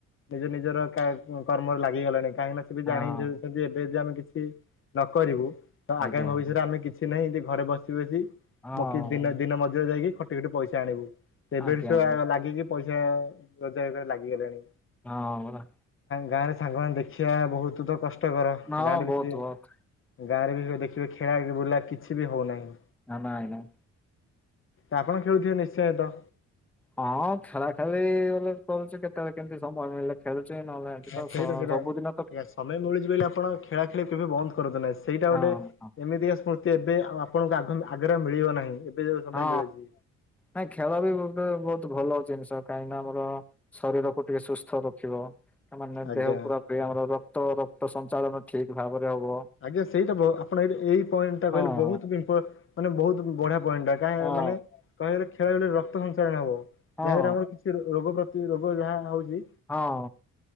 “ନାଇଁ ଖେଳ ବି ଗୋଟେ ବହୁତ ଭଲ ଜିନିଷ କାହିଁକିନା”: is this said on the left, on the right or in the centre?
Centre